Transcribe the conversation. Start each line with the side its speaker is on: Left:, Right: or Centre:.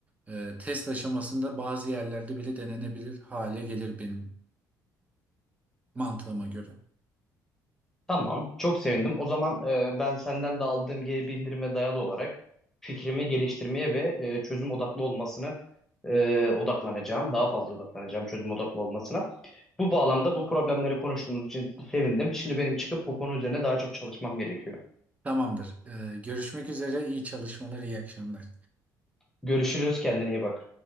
Right: e, test aşamasında bazı yerlerde bile denenebilir hale gelir benim mantığıma göre.
Centre: Tamam, çok sevindim. O zaman e, ben senden de aldığım geri bildirime dayalı olarak fikrimi geliştirmeye ve e, çözüm odaklı olmasını e, odaklanacağım. Daha fazla odaklanacağım çözüm odaklı olmasına. Bu bağlamda bu problemleri konuştuğumuz için sevindim. Şimdi benim çıkıp bu konu üzerine daha çok çalışmam gerekiyor.
Right: Tamamdır. E, görüşmek üzere. İyi çalışmalar, iyi akşamlar.
Centre: Görüşürüz, kendine iyi bak.